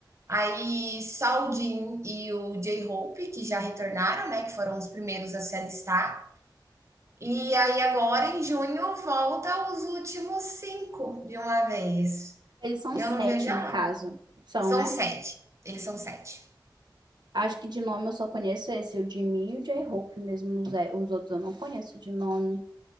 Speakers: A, on the right (about 35°); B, on the right (about 60°).
A: Aí, só o Jim e o J-Hope, que já retornaram, né? Que foram os primeiros a se alistar. E aí, agora, em junho, volta os últimos cinco de uma vez.
B: Eles são
A: E
B: sete
A: eu não vejo
B: no
A: a
B: caso,
A: hora.
B: são,
A: São
B: né?
A: sete. Eles são sete.
B: Acho que de nome eu só conheço esse, o Jimmy e o J-Hope mesmo. Os, é, os outros eu não conheço de nome.